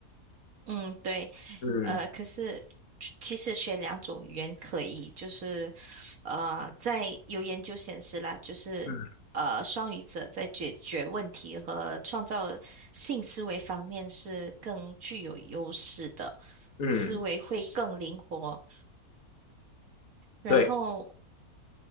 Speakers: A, on the right; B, on the left.
A: 嗯，对，
B: 嗯
A: 呃，可是其实学两种语言可以，就是，呃，在有研究显示啦，就是呃，
B: 嗯
A: 双语者在解决问题和创造性思维方面是更具有优势的，
B: 嗯，
A: 思维会更灵活。然后
B: 对